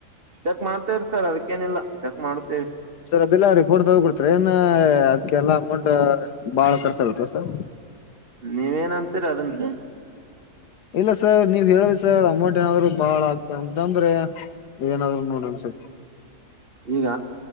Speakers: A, on the right (about 40°); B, on the left (about 85°).
A: ಚೆಕ್ ಮಾಡ್ತೇವ್ರಿ ಸರ್ ಅದಕ್ಕೇನಿಲ್ಲ ಚೆಕ್ ಮಾಡ್ತೇವ
B: ಅದೆಲ್ಲ ರೀ ಪೂರ್ ತಗೊ ಕೊಡ್ತರರಿ ಏನ್ ಅದಕ್ಕೆಲ್ಲಾ ಅಮೌಂಟ್ ಬಾಳ ಖರ್ಚ ಆಗತ್ತ ಸ
A: ನೀವೇನ ಅಂತೀರ ಅದನ್ಸ
B: ಇಲ್ಲ ಸರ್ ನೀವ್ ಹೇಳಿದ ಸರ್ ಅಮೌಂಟ್ ಏನಾದ್ರು ಬಾಳ ಆಗ್ತ ಅಂತ ಅಂದ್ರೆ ಏನಾದ್ರು ನೋಡ ಸರ್
A: ಈಗ